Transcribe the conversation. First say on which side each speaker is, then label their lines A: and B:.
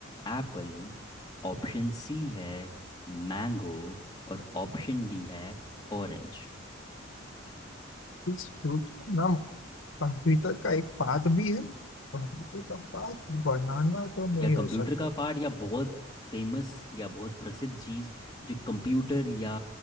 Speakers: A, on the left; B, on the left.
A: एप्पल ऑप्शन सी है मैंगो और ऑप्शन डी है ऑरेंज
B: इस फ्रूट का नाम कंप्यूटर का एक पार्ट भी है कंप्यूटर का पार्ट बनाना तो नहीं
A: या
B: हो
A: कंप्यूटर
B: सकता
A: का पार्ट या बहुत फेमस या बहुत प्रसिद्ध चीज़ जो कंप्यूटर या